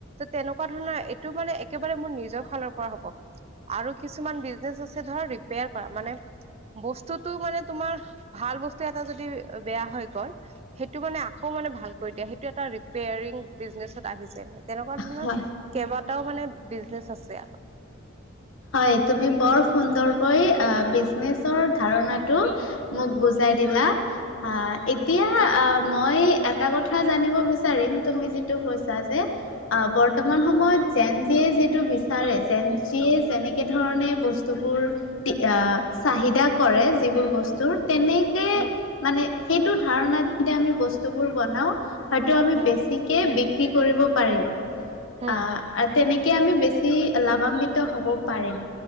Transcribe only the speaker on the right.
তেনেকুৱা ধৰণৰ সিটো মানে একেবাৰে মোৰ নিজৰ ফালৰ পৰা হ'ব আৰু কিছুমান বিজনেছ আছে ধৰ ৰিপেয়াৰ কৰা মানে বস্তুটো মানে তোমাৰ ভাল বস্তু এটা যদি বেয়া হৈ গল সেইটো মানে আকৌ সেইটো মানে ভাল কৰি দিয়া সেইটো এটা ৰিপেয়াৰিং বিজনেছত আহিছে তে তেনেকুৱা ধৰণৰ
কেইবাটাও মানে বিজনেচ আছে আৰু।
হম
হম
হম
হম